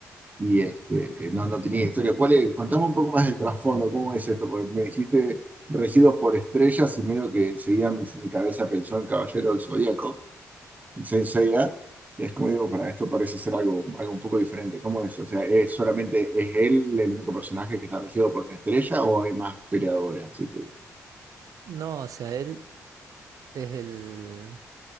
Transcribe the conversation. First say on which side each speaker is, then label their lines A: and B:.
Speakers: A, on the right (about 30°); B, on the right (about 80°).
A: y este, eh, no, no tenía historia. ¿Cuál es? Contame un poco más del trasfondo, ¿cómo es esto? Porque me dijiste regidos por estrellas y medio que enseguida mi, mi cabeza pensó en Caballero del Zodíaco Saint Seiya, y es como digo, para esto parece ser algo, algo un poco diferente. ¿Cómo es? O sea, ¿es solamente es él el único personaje que está regido por una estrella o hay más peleadores? Así que,
B: No, o sea, él es el...